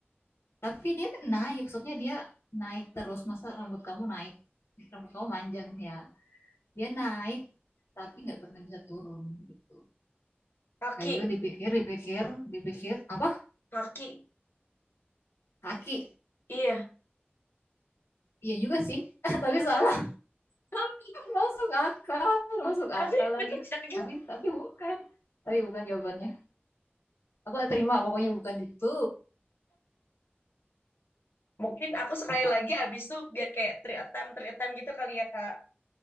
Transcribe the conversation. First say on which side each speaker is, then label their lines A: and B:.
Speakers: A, on the left; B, on the left.
A: Tapi dia naik, maksudnya dia naik terus. Masa rambut kamu naik? Rambut kamu panjang ya. dia naik tapi nggak pernah bisa turun gitu
B: Kaki,
A: Paleo dipikir dipikir dipikir apa
B: kaki.
A: kaki
B: Iya.
A: iya juga sih <laughs> tapi salah
B: <laughs>
A: masuk akal masuk
B: Tapi
A: akal lagi
B: bener kan gitu.
A: tapi tapi bukan tapi bukan jawabannya aku nggak terima pokoknya bukan itu
B: Mungkin aku sekali
A: apa
B: lagi abis itu biar kayak three attempt, three attempt gitu kali ya Kak.